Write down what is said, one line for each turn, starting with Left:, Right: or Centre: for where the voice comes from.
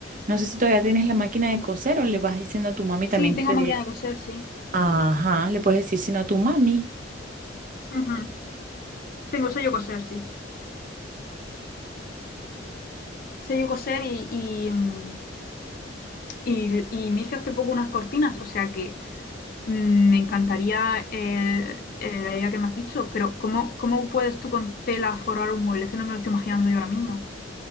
Right: No sé si todavía tienes la máquina de coser o le vas diciendo a tu mami también
Left: Sí,
Right: que
Left: tengo
Right: te
Left: máquina
Right: dé.
Left: de coser, sí.
Right: Ajá, le puedes decir sino a tu mami.
Left: Ujú. Tengo sello coser, sí. Sello coser y, y, mm, y, y me hice hace poco unas cortinas, o sea que... Mm, Me encantaría el- el- la idea que me has dicho, pero ¿cómo, cómo puedes tú con tela forrar un mueble? Es que no me lo estoy imaginando yo ahora mismo.